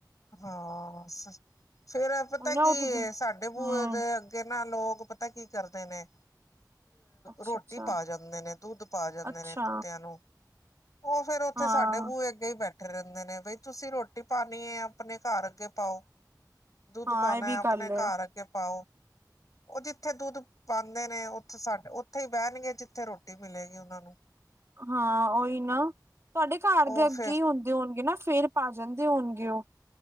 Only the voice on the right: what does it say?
ਉਹੀ ਨਾ
ਉਹ ਤੇ
ਹੂੰ
ਅੱਛਾ
ਅੱਛਾ
ਅੱਛਾ
ਹਾਂ
ਹਾਂ
ਇਹ ਵੀ
ਗੱਲ
ਹਾਂ ਉਹੀ ਨਾ ਤੁਹਾਡੇ ਘਰ
ਦੇ ਅੱਗੇ
ਹੀ ਹੁੰਦੇ ਹੋਣਗੇ ਨਾ ਫਿਰ ਪਾ ਜਾਂਦੇ ਹੋਣਗੇ ਉਹ।